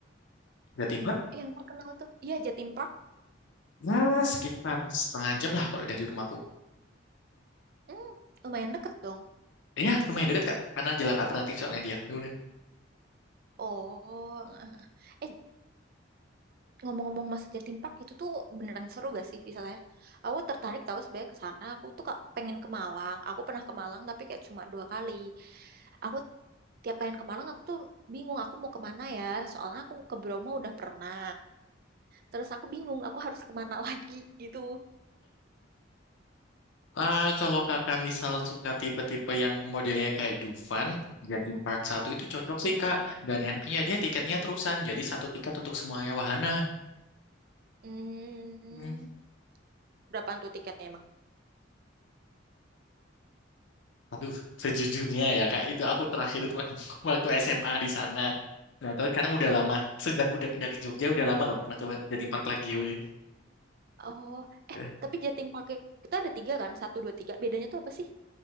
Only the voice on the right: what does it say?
yang terkenal tuh? Iya, Jatim Park.
Hmm, lumayan deket dong.
Oh, <laughs> eh ngomong-ngomong masa Jatim Park itu tuh beneran seru gak sih wisatanya? Aku tertarik tahu sebenarnya ke sana. Aku tuh kak pengen ke Malang. Aku pernah ke Malang tapi kayak cuma dua kali. Aku tiap pengen ke Malang aku tuh bingung aku mau kemana ya soalnya aku ke Bromo udah pernah terus aku bingung aku harus kemana <laughs> lagi gitu
hmm,
berapaan tuh tiketnya emang
oh
eh tapi Jatim Park itu ada tiga kan satu dua tiga bedanya tuh apa sih